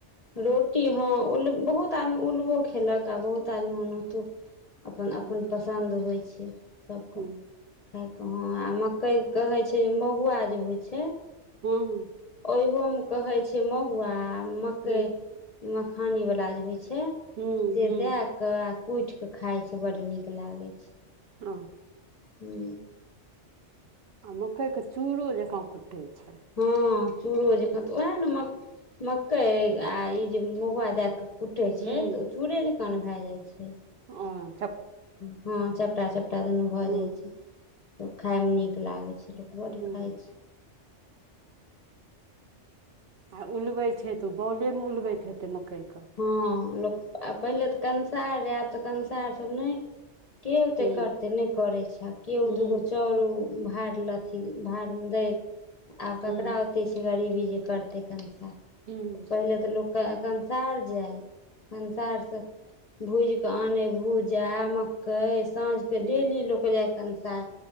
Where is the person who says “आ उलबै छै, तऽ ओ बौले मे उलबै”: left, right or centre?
Right